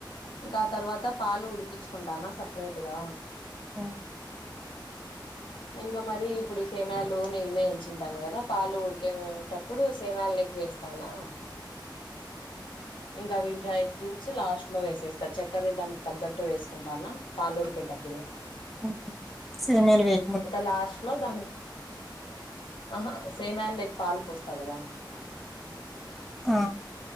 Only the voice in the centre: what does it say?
ఉమ్
ఉమ్ సేమియాలు వేయ్
ఆ